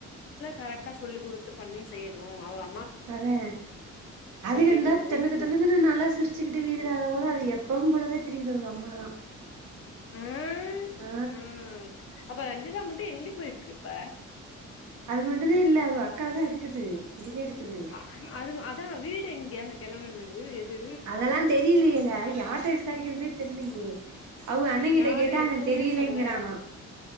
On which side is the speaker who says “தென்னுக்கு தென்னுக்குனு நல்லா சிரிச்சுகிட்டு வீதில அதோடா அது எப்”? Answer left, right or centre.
Right